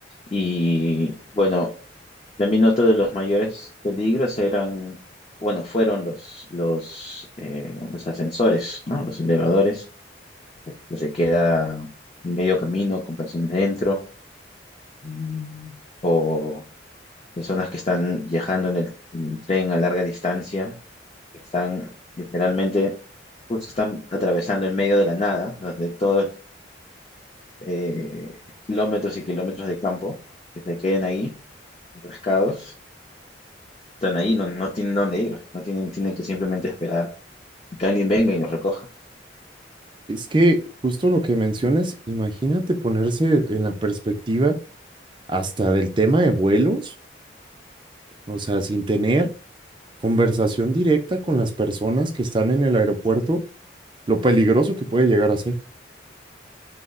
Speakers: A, on the left (about 30°); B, on the right (about 25°).
A: Y bueno, también otro de los mayores peligros eran, bueno, fueron los, los, eh, los ascensores, ¿no? Los elevadores, que se queda medio camino con personas dentro, mm, o personas que están viajando en el, en el tren a larga distancia que están literalmente, justo están atravesando el medio de la nada, donde todos eh, kilómetros y kilómetros de campo que se queden ahí, atascados, están ahí, no, no tienen dónde ir, no tienen, tienen que simplemente esperar que alguien venga y los recoja.
B: Es que justo lo que mencionas, imagínate ponerse en la perspectiva hasta del tema de vuelos, o sea, sin tener conversación directa con las personas que están en el aeropuerto, lo peligroso que puede llegar a ser.